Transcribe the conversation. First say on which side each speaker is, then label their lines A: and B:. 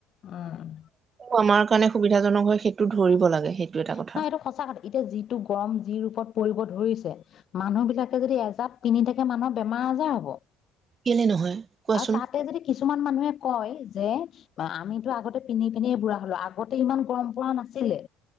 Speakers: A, on the left; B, on the right.
A: উম।
B: আমাৰ কাৰণে সুবিধাজনক হয়, সেইটো ধৰিব লাগে। সেইটো এটা কথা
A: নহয় এইটো সঁচা কথা, এতিয়া যিটো গৰম যি ৰূপত পৰিব ধৰিছে, মানুহ বিলাকে যদি এজ তাত পিন্ধি থাকে মানুহৰ বেমাৰ আজাৰ হ'ব।
B: কেলে নহয়? কোৱাচোন।
A: আৰু তাতে যদি কিছুমান মানুহে কয়, যে আমিতো আগতে পিন্ধি-পিনন্ধিয়ে বুঢ়া হলো, আগতে ইমান গৰম পৰা নাছিলে।